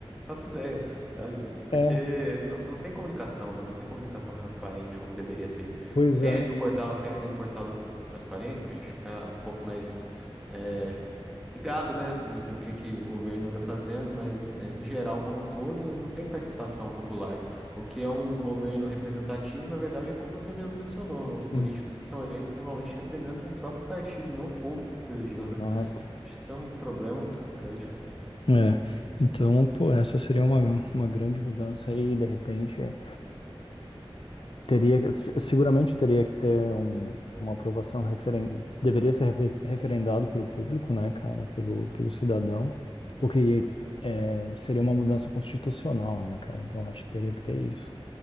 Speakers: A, in the centre; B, on the left (about 60°).
A: faço ideia, sabe? Porque
B: É,
A: não, não tem comunicação, né? Não tem comunicação transparente como deveria ter.
B: pois
A: Tem
B: é.
A: ali o portal, tem ali o portal da transparência para a gente ficar um pouco mais é, ligado, né? Do, do que que o governo anda fazendo, mas é, no geral, como um todo, não tem participação popular. O que é um governo representativo, na verdade, é como você mesmo mencionou, os políticos
B: Hum,
A: que são eleitos normalmente representam o próprio partido, não o povo que o elegeu,
B: Exato.
A: né? Acho que isso é um problema muito grande, cara.
B: É, então, pô, essa seria uma, uma grande mudança aí, de repente. É, teria, se- seguramente teria que ter um- uma aprovação referen, deveria ser refe- referendado pelo público, né, cara, pelo, pelo cidadão, porque é, seria uma mudança constitucional, né, cara? Então acho que teria que ter isso.